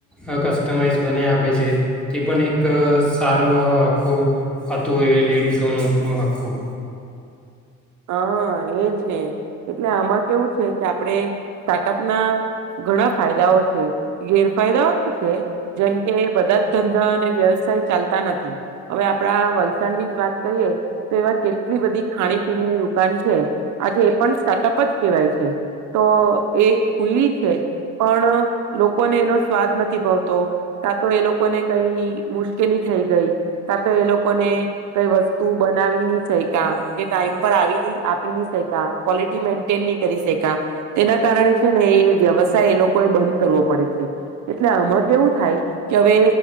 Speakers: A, in the centre; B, on the right (about 70°).
A: અ કસ્ટમાઈઝ બનાઈ આપે છે તે પનએક સારું આખું હતું એ લેડીસોનું અ આખું
B: હાં, એજ ને એટલે આમાં કેવું છે કે આપડે સ્ટાર્ટઅપના ઘણા ફાયદાઓ છે, ગેરફાયદાઓ બી છે, જેમ કે બધા જ ધંધા અને વ્યવસાય ચાલતા નથી. અવે આપડા વલસાડની જ વાત કરીએ તો એવા કેટલી બધી ખાણી પીણીની દુકાન છે, આજે એ પન સ્ટાર્ટઅપ જ કહેવાય છે, તો એ ખુલ્લી છે પણ લોકોને એનો સ્વાદ નથી ભાવતો, કાં તો એ લોકોને કઈ મુશ્કેલી થઈ ગઈ, કાં તો એ લોકોને કઈ વસ્તુ બનાવીની સઈ કા કે ટાઈમ પર આવીની આપ પી ની શયકા ક્વોલિટી મેન્ટેન ની કરી શયકા તેના કારણે છે ને એ વ્યવસાય એ લોક કોઈ બંધ કરવો પડે છે. એટલે આમાં કેવું થાય કે અવે